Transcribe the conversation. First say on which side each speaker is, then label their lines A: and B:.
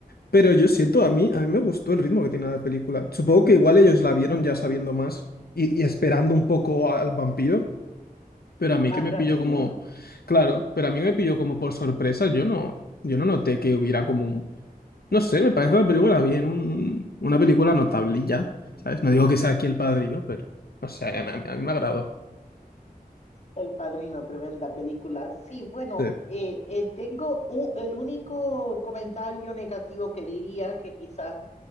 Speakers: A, on the left; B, on the left.
A: Pero yo siento, a mí, a mí me gustó el ritmo que tiene la película. Supongo que igual ellos la vieron ya sabiendo más y, y esperando un poco al, al vampiro. Pero a mí
B: Más
A: que me
B: rápido.
A: pilló como, claro, pero a mí me pilló como por sorpresa. Yo no, yo no noté que hubiera como un, no sé, me parece una película bien, un- una película notable y ya, ¿sabes? No digo que sea aquí El Padrino, pero, o sea a mí, a mí me agradó.
B: El Padrino, tremenda película. Sí, bueno,
A: Sí.
B: eh, eh, tengo u- el único comentario negativo que diría que quizás